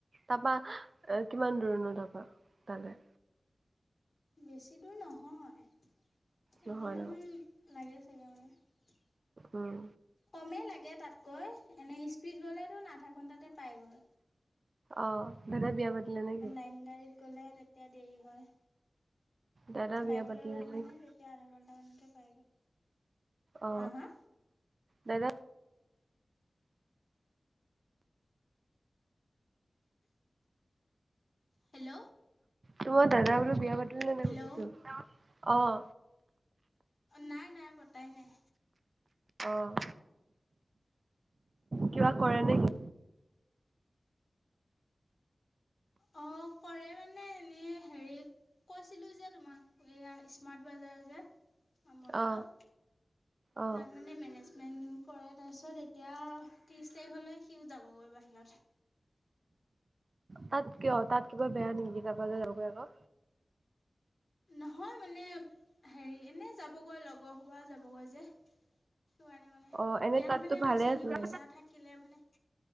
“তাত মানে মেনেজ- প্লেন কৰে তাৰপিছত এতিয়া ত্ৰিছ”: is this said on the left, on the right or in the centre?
Left